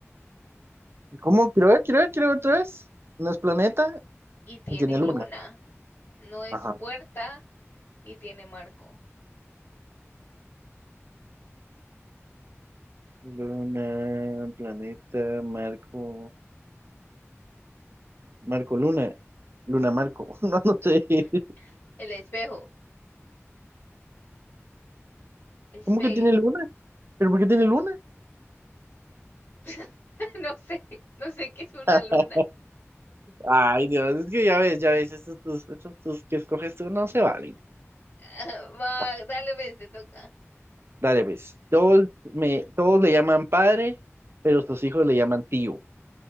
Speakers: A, on the right (about 55°); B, on the left (about 55°).
A: ¿Cómo? Quiero ver, quiero ver, quiero ver otra vez. No es planeta
B: Y tiene
A: y tiene luna.
B: luna. No es
A: Ajá.
B: puerta y tiene marco.
A: Luna, planeta, Marco, Marco Luna. Luna Marco. <laughs> No, no sé. <laughs>
B: Hmm. El espejo. Espejo.
A: ¿Cómo que tiene luna? ¿Pero por qué tiene luna?
B: <laughs> No sé, no sé qué es una
A: <laughs>
B: luna.
A: Ay, Dios, es que ya ves, ya ves, estos tus, estos tus que escoges tú no se valen.
B: Ah, Va,
A: Ah,
B: dale, ves, te toca.
A: Dale, pues. Todos me, todos le llaman padre, pero sus hijos le llaman tío.